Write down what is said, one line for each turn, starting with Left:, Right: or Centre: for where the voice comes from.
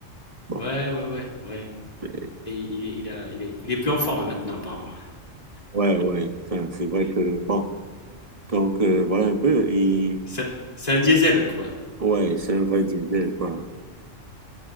Right: Bon,
Left: ouais, ouais, ouais, ouais,
Right: euh,
Left: il il est il a il est il est plus en forme maintenant apparemment.
Right: ouais, ouais. Enfin, c'est vrai que, bon. Donc, euh, voilà un peu. Et,
Left: C'est c'est un diesel, quoi.
Right: ouais, c'est un vrai Diesel, quoi.